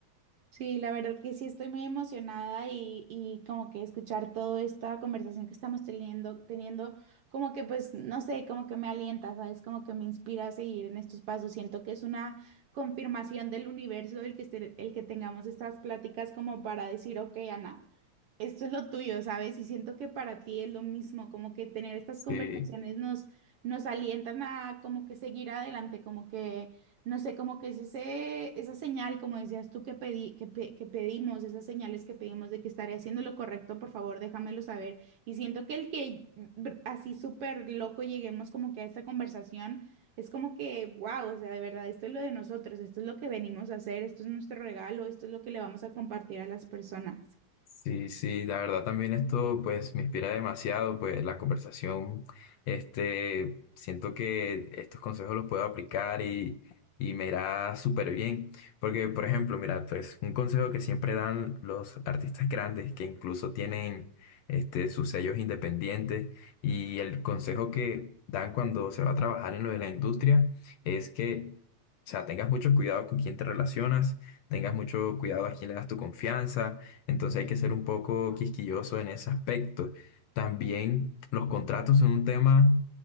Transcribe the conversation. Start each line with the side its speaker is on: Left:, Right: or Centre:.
Right: Sí, la verdad que sí estoy muy emocionada y, y como que escuchar toda esta conversación que estamos teniendo, teniendo, como que pues, no sé, como que me alienta, ¿sabes? Como que me inspira a seguir en estos pasos. Siento que es una confirmación del universo el que, este- el que tengamos estas pláticas como para decir, ok, Ana, esto es lo tuyo, ¿sabes? Y siento que para ti es lo mismo, como que tener estas
Left: Sí,
Right: conversaciones nos, nos alientan a como que seguir adelante, como que no sé, como que es ese, esa señal, como decías tú, que pedí, que, pe- que pedimos, esas señales que pedimos de que estaré haciendo lo correcto, por favor, déjamelo saber. Y siento que el que br- así súper loco lleguemos como que a esta conversación, es como que, wow, o sea, de verdad, esto es lo de nosotros, esto es lo que venimos a hacer, esto es nuestro regalo, esto es lo que le vamos a compartir a las personas.
Left: sí, sí, la verdad también esto pues me inspira demasiado, pues la conversación, este, siento que estos consejos los puedo aplicar y, y me irá súper bien, porque por ejemplo, mira, pues un consejo que siempre dan los artistas grandes que incluso tienen este, sus sellos independientes y el consejo que dan cuando se va a trabajar en lo de la industria es que, o sea, tengas mucho cuidado con quién te relacionas, tengas mucho cuidado a quién le das tu confianza Entonces hay que ser un poco quisquilloso en ese aspecto. También los contratos son un tema,